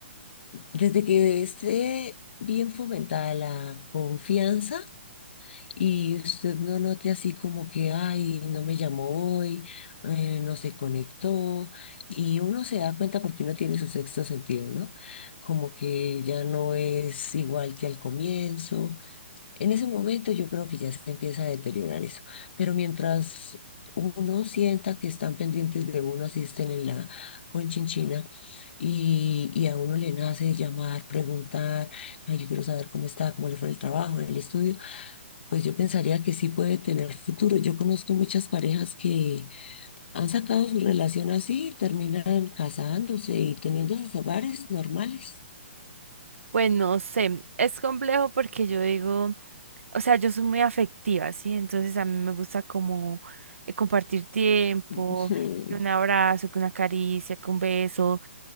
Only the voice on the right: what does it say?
pues no sé, es complejo porque yo digo, o sea, yo soy muy afectiva, ¿sí? Entonces a mí me gusta como eh, compartir tiempo,
que un abrazo, que una caricia, que un beso,